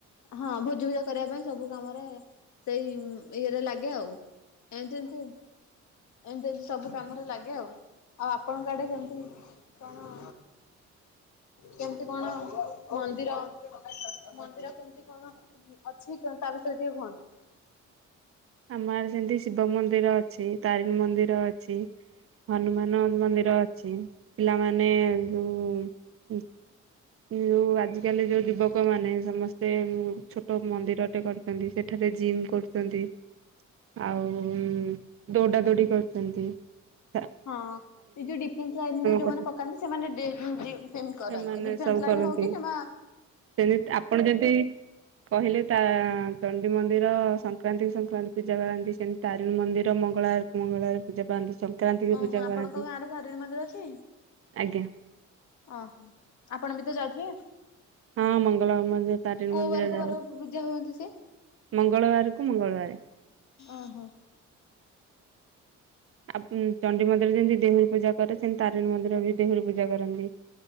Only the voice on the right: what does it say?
ଆମ ଆଡ଼େ ସେମିତି ଶିବ ମନ୍ଦିର ଅଛି, ତାରିଣି ମନ୍ଦିର ଅଛି । ହନୁମାନ ମନ୍ଦିର ଅଛି, ପିଲାମାନେ ଯଉ ଯୋଉ ଆଜିକାଲି ଯୋଉ ଯୁବକ ମାନେ ସମସ୍ତେ ଛୋଟ ମନ୍ଦିରଟେ କରିଛନ୍ତି, ସେଠାରେ ଜିମ୍ କରୁଛନ୍ତି । ଆଉ ଦୌଡା ଦୌଡି କରୁଛନ୍ତି ।
କରୁ
ସେମାନେ
ସବୁ
କରନ୍ତି
ସେମିତି, ଆପଣ ଯେମିତି କହିଲେ ତା- ଡି ମନ୍ଦିର ସଂକ୍ରାନ୍ତି ସଂକ୍ରାନ୍ତି ପୂଜା କରାନ୍ତି, ସେମିତି ତାରିଣି ମନ୍ଦିର ମଙ୍ଗଳବାର କ ମଙ୍ଗଳବାର ପୂଜା ପାଆନ୍ତି ସଂକ୍ରାନ୍ତି ବି
ପୂଜା
ପାଆନ୍ତି
ଆଜ୍ଞା
ହଁ ମଙ୍ଗଳବାର ମ ତାଟିଣ
ମନ୍ଦିର
ଯାଉ।
ମଙ୍ଗଳବାରକୁ ମଙ୍ଗଳବାର
ଆଉ ଚଣ୍ଡି ମନ୍ଦିର ଯେମିତି ଦେହୁରୀ ପୂଜା କରେ, ସେମିତି ତାରିଣୀ ମନ୍ଦିର ବି ଦେହୁରୀ ପୂଜା କରନ୍ତି।